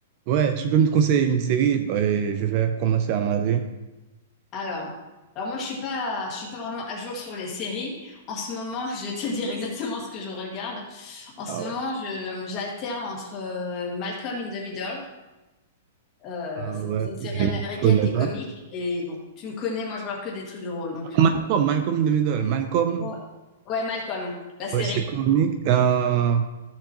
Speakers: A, on the right (about 30°); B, on the left (about 20°).
A: Ouais, tu peux me conseiller une série et je vais commencer à maser.
B: Alors, alors moi je suis pas, je suis pas vraiment à jour sur les séries. En ce moment, <laughs> je vais te dire <laughs> exactement ce que je regarde. En
A: Ah
B: ce
A: ouais,
B: moment, je, j'alterne entre euh, Malcolm in the Middle. Euh,
A: ah
B: c'est
A: ouais,
B: bon, c'est une série
A: je
B: américaine
A: ne connais
B: qui
A: pas.
B: est comique. Et bon, tu me connais, moi je regarde que des trucs drôles. Donc, euh,
A: Malcolm, Malcolm de Middle. Malcolm,
B: ouais. Ouais, Malcolm, la série.
A: ouais, c'est comique. Euh,